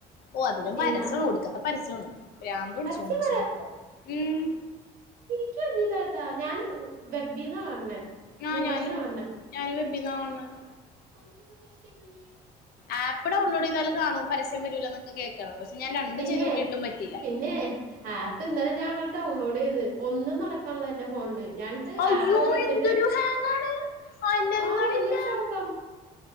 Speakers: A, on the left; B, on the right.
A: ഓഹ് അതിലും
B: സീന
A: പരസ്യണ് ഉടുക്കത്ത പരസ്യമാണ് പ്രാന്തടിച്ച
B: പരസ്യം
A: മനുഷ്യന് ഉം
B: എനിരിക്കും വന്നില്ലാട്ടാ ഞാൻ വെബീന്ന കാണണേ
A: ആ
B: ഗൂഗിളീന്നാ
A: ഞാനും
B: കാണണേ
A: ഞാനും വെബ്ബിന്നാ കാണണെ
B: അനക്കെന്താ പരസ്യം വന്നേ
A: ആപ്പ് ഡൗൺലോഡ് ചെയ്താൽ കാണും പരസ്യം വരൂല്ല ന്നൊക്കെ കേൾക്കാണ് പക്ഷ ഞൻ രണ്ട്
B: പിന്നെ
A: ചെയ്തോ ക്കിട്ടും പറ്റില്ല
B: പിന്നെ ആപ്പ് ഇന്നലെ ഞാന് അങ്ങട് ഡൗൺലോഡ് ചെയ്ത് ഒന്നും നടക്കാനല്ലോ എന്റെ ഫോണില് ഞാൻ ന്നിട്ട്
A: അയ്യോ
B: ആപ്പ വിടെ വെച്ചിട്ട്
A: എന്തൊരു ഹാങ്ങാണ് അനങ്ങണില്ല
B: ആഹ് ഭയങ്കര ശോകം